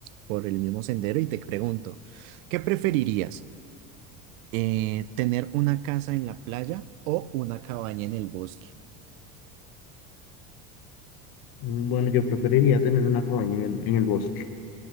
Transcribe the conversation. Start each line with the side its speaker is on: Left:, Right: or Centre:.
Right: por el mismo sendero y te pregunto, ¿qué preferirías? Eh, ¿tener una casa en la playa o una cabaña en el bosque?
Left: Mm, Bueno, yo preferiría tener una cabaña en el, en el bosque.